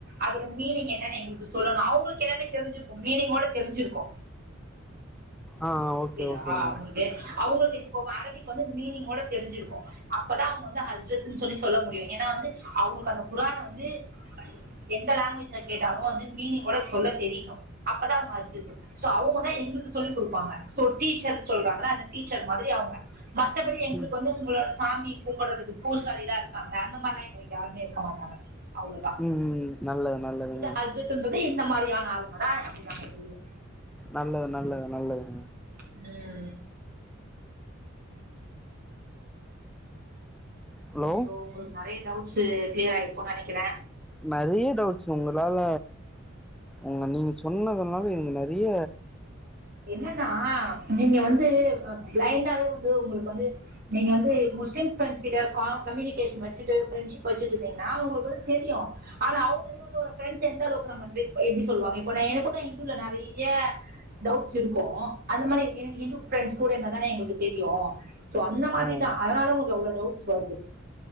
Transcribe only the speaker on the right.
அதோட மீனிங் என்னனு எங்களுக்கு சொல்லணு அவங்களுக்கு எல்லாமே தெரிஞ்சிருக்கு மீனிங்கோட தெரிஞ்சிருக்கு
புரிய்தா
அவங்களுக்கு அவங்களுக்கு இப்போ வர இப்ப வந்து மீனிங்கோட தெரிஞ்சிருக்கு அப்பதா அவங்க வந்து ஹஜரத்ன்னு சொல்லி சொல்ல முடியு ஏன்னா வந்து அவங்களுக்கு அந்த குரான வந்து எந்த லேங்குவேஜ்ல கேட்டாலு வந்து மீனிங்கோட சொல்ல தெரியணு அப்பதா அவங்க அஜ்ரத்து சோ அவங்கதா எங்களுக்கு சொல்லி குடுப்பாங்க சோ டீச்சர் சொல்றாங்கள அந்த டீச்சர் மாதிரி அவங்க மத்தபடி எங்களுக்கு
வந்து உங்களோட சாமி கும்புரது பூசாரிதா இருப்பாங்கள்ள அந்த மாதிரில்லா எங்க வீட்ல யாருமே இருக்க மாட்டாங்க அவ்ளோதா
இது ஹஜ்ரத்த்ன்றது இந்த மாரியான ஆளுங்கதா அப்பினு நா சொல்ல
உம்
சோ உங்களுக்கு நறைய டவுட் ச கிளியர் ஆயிருக்கும்னு நனைக்கிறே
என்னன்னா நீங்க வந்து ஆ பிளைண்டாவே வந்து உங்களுக்கு வந்து நீங்க வந்து முஸ்லீம் ஃப்ரெண்ட்ஸ் கிட்ட கா கம்யூனிகேஷன் வச்சுட்டு ஃப்ரெண்ட்ஷிப் வச்சுட்டு இருந்தீங்கன்னா உங்களுக்கு வந்து தெரியு ஆனா அவங்களே வந்து ஒரு ஃரெண்ட்ஸ் எந்த அளவுக்கு நம் பண்ண எப்படி சொல்லுவாங்க இப்போ நா எனக்குதா ஹிந்துல நிறைய டவுட்ஸ் இருக்கு அந்த மாரி எனகு இந்து ஃப்ரெண்ட்ஸ் கூட இருந்த தானே எங்களுக்கு தெரியு சோ அந்த மாதிரிதா
அதனால உங்க அவ்ளோ டவுட்ஸ் வருது